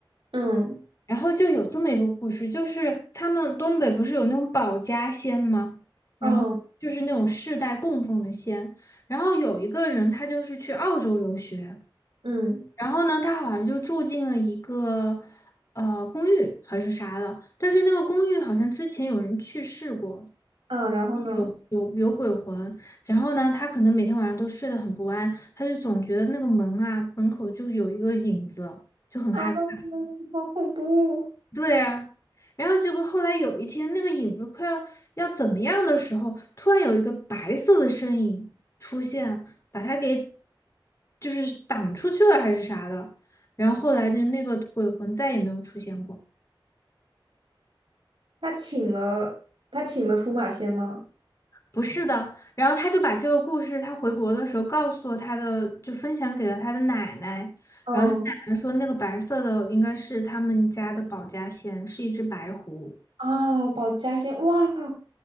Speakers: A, on the right (about 75°); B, on the left (about 35°).
A: 嗯
B: 然后就有这么一个故事，就是他们东北不是有那种保家仙吗？然后就是那种世代供奉的仙。
A: 嗯
B: 然后有一个人，他就是去澳洲留学，
A: 嗯，
B: 然后呢，他好像就住进了一个呃公寓还是啥的，但是那个公寓好像之前有人去世过，
A: 嗯，然后呢？
B: 有有有鬼魂。然后呢，他可能每天晚上都睡得很不安，他就总觉得那个门啊门口就有一个影子，就很害怕。
A: 啊，好恐怖！
B: 对啊，然后结果后来有一天，那个影子快要要怎么样的时候，突然有一个白色的身影出现，把他给就是挡出去了还是啥的。然后后来就那个鬼魂再也没有出现过。
A: 他请了他请了出马仙吗？
B: 不是的，然后他就把这个故事，他回国的时候告诉了他的，就分享给了他的奶奶。
A: 嗯，
B: 然后他奶奶说，那个白色的应该是他们家的保家仙，是一只白狐，
A: 啊，保家仙，哇，